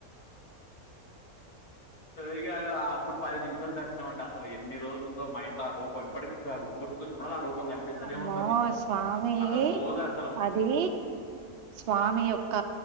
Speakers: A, on the left (about 85°); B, on the right (about 55°).
A: ఇక అప్పుడు పది నిమిషాల దర్శనం అంటే అసలు ఎన్ని రోజులు ఉందో మైండ్ లో ఆ రూపం ఇప్పటికి గుర్తుకు గుర్తుకొచ్చినప్పుడల్లా ఆ రూపం కనిపిస్తూనే
B: అమ్మో
A: ఉంటది
B: స్వామి
A: అసలు పోదు అది
B: అది స్వామి యొక్క